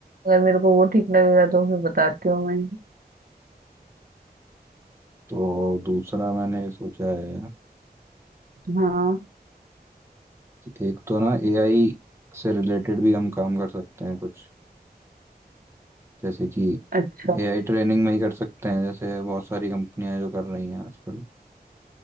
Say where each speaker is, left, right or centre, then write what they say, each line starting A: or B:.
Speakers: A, on the right (about 60°); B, on the right (about 15°).
A: अगर मेरे को वो ठीक लगेगा तो फिर बताती हूँ मैं
B: तो दूसरा मैंने सोचा है
A: हाँ
B: कि एक तो ना एआई से रिलेटेड भी हम काम कर सकते हैं कुछ जैसे कि
A: अच्छा
B: एआई ट्रेनिंग में ही कर सकते हैं जैसे बहुत सारी कंपनियां हैं जो कर रही हैं आजकल